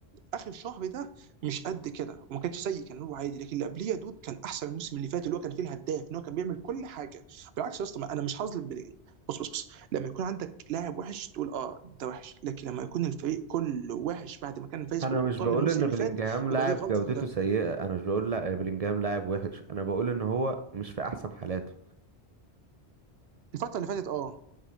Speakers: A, on the right; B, on the right.
A: اخر شهر ده مش قد كده وما كانش سيء كان هو عادي لكن اللي قبليه يا دود كان احسن من الموسم اللي فات اللي هو كان فيه الهداف ان هو كان بيعمل كل حاجه بالعكس يا اسطى ما- انا مش هظلم بلينج بص بص بص لما يكون عندك لاعب وحش تقول اه ده وحش لكن لما يكون الفريق كله وحش بعد ما كان فايز
B: انا
A: بالابطال
B: مش بقول
A: الموسم
B: ان
A: اللي
B: بيلينجهام
A: فات
B: لاعب
A: يبقى دي غلطه
B: جودته
A: مدرب
B: سيئة انا مش بقول لا بيلينجهام لاعب وحش انا بقول ان هو مش في احسن حالاته
A: الفتره اللي فاتت اه